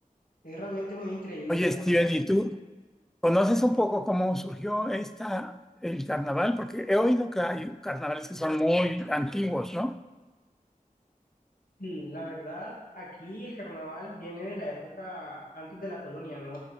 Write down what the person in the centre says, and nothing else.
oye,
Steven, ¿y tú? ¿Conoces un poco cómo surgió esta, el carnaval? Porque he oído que hay carnavales que son muy antiguos, ¿no?